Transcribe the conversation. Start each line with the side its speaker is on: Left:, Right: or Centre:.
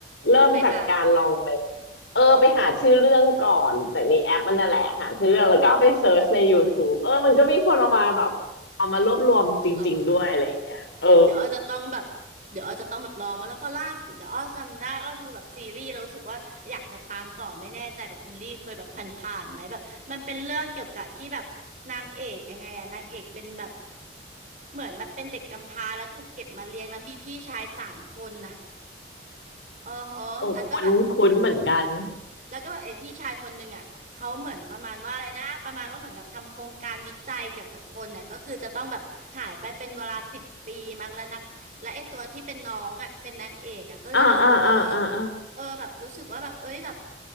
Left: เริ่มจากการลองไป
Right: ไปหา
Left: เออไปหาชื่อเรื่องก่อนจากในแอปมันนั่นแหละหาชื่อเรื่องแล้วก็เอาไปเซิร์ชใน YouTube เออมันก็มีคนเอามาแบบเอามารวบรวมจริงๆด้วยอะไรอย่างเงี้ยเออ
Right: หรอ เดี๋ยวอ้อจะต้องแบบเดี๋ยวอ้อจะต้องแบบลองมาแล้วเพราะล่าสุดเดี๋ยวอ้อจำได้อ้อดูแบบซีรีส์แล้วรู้สึกว่าอยากจะตามต่อไม่แน่ใจแบบคุณลี่เคยแบบผ่านๆไหมแบบมันเป็นเรื่องเกี่ยวกับที่แบบนางเอกยังไงอะนางเอกเป็นแบบเหมือนแบบเป็นเด็กกำพร้าแล้วถูกเก็บมาเลี้ยงแล้วมีพี่ชายสามคนอ่ะอ๋อฮะแล้วก็แบบ
Left: โอ้คุ้นคุ้นเหมือนกัน
Right: แล้วก็ไอพี่ชายคนหนึ่งอ่ะเขาเหมือนประมาณว่าอะไรนะประมาณว่าเหมือนแบบทำโครงการวิจัยเกี่ยวกับคนน่ะก็คือจะต้องแบบหายไปเป็นเวลาสิบปีมั้งแล้วนางและไอตัวที่เป็นน้องอ่ะเป็นนางเอกอ่ะก็เลยรู้สึกว่าเออ
Left: อ่าอ่าอ่าอ่าอ่า
Right: เออแบบรู้สึกว่าแบบเอ้ยแบบ